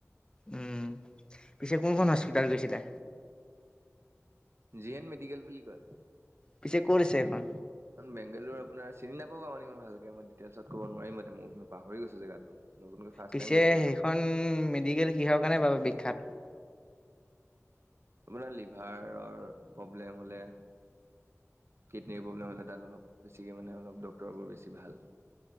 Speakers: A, on the left; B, on the right.
A: উম, পিছে কোনখন হস্পিতাল গৈছিলা?
B: জি এন মেডিকেল বুলি কয়।
A: পিছে ক'ত আছে সেইখন?
B: বেংগালোৰ আপোনাৰ চিনি নাপাব <unintelligible> ভালকে, মই দিটেইলছত কব নোৱাৰিম মানে, মই পাহৰি গৈছোঁ জেগাটো। নতুনকৈ ফাৰ্ষ্ট
A: পিছে
B: টাইম গৈছিলোঁ
A: সেইখন
B: ন।
A: মেডিকেল কিহৰ কাৰণে বাৰু বিখ্যাত?
B: আপোনাৰ লিভাৰৰ প্ৰব্লেম হ'লে কিডনীৰ প্ৰব্লেম হ'লে তাত অলপ বেছিকে মানে অলপ ড্ক্তৰবোৰ বেছি ভাল।